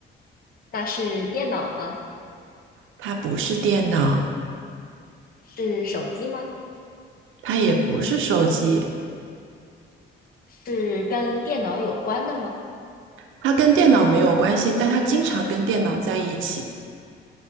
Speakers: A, on the left; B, on the right.
A: 那是电脑吗？
B: 它不是电脑，
A: 是手机吗？
B: 它也不是手机，
A: 是跟电脑有关的吗？
B: 它跟电脑没有关系，但它经常跟电脑在一起。